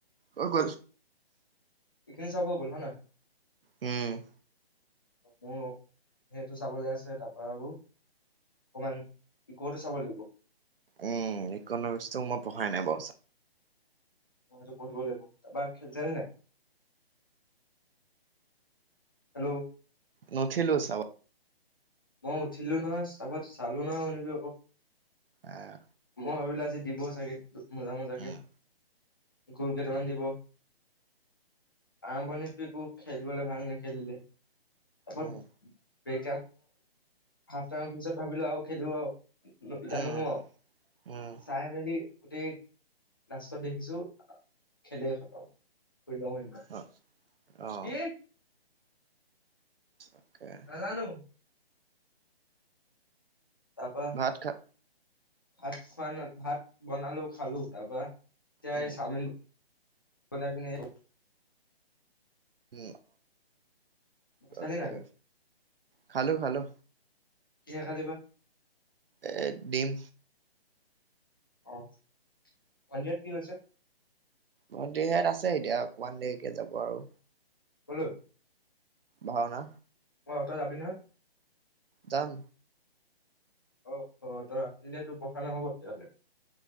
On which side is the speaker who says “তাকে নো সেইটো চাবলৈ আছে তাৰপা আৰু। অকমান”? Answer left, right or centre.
Left